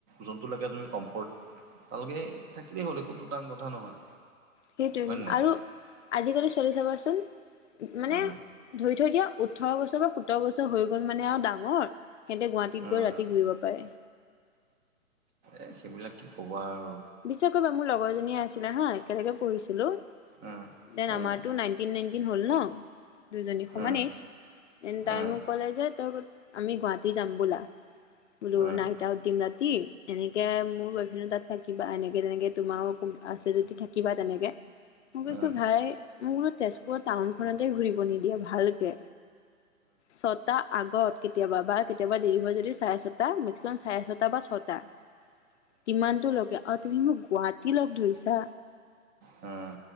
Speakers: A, on the right (about 20°); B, on the left (about 55°).
A: যোনটো লাগে তুমি কমফৰ্ট। ভালকে থাকিলেই হ'ল একোটো ডাঙৰ কথা নহয়।
B: সেইটোৱে
A: হয় নে নাই?
B: আৰু আজিকালি চলি চাবাচোন মানে
A: উম,
B: ধৰি থৈ দিয়া ওঠৰ বছৰ বা সোতৰ বছৰ হৈ গ'ল মানে আৰু ডাঙৰ। হেন্ততে গুৱাহাটীত
A: উম,
B: গৈ ৰাতি ঘূৰিব পাৰে।
A: এই সেইবিলাক কি ক'বা আৰু।
B: বিশ্বাস কৰিবা মোৰ লগৰজনীয়ে আছিলে হা একেলগে পঢ়িছিলোঁ
A: উম,
B: দেন
A: উম,
B: আমাৰতো নাইনটিন -নাইনটিন হ'ল ন দুজনী সমান
A: উম, উম, উম,
B: এইজ এন তাই
A: উম, উম,
B: মোক ক'লে যে তই আমি ক'ত গুৱাহাটী যাম ব'লা বোলো
A: উম,
B: নাইট দিম দিন ৰাতি এনেকে মোৰ বইফেনদ তাত থাকিবা এনেকে- তেনেকে তোমাও উম, আছে যদি থাকিবা তেনেকে মই কৈছো
A: উম, উম,
B: ভাই মোৰ তেজ পোৰা টাউনখনতে ঘূৰিব নিদিয়ে ভালকে চত টা আগত কেতিয়াবা বা কেতিয়াবা দেৰি হয় যদিও চাৰে ছটা মেক্সিমাম চাৰে ছটা বা ছটা। কিমানটো লগে অ, তুমি মোক গুৱাহাটী লগ ধৰিছা?
A: হম।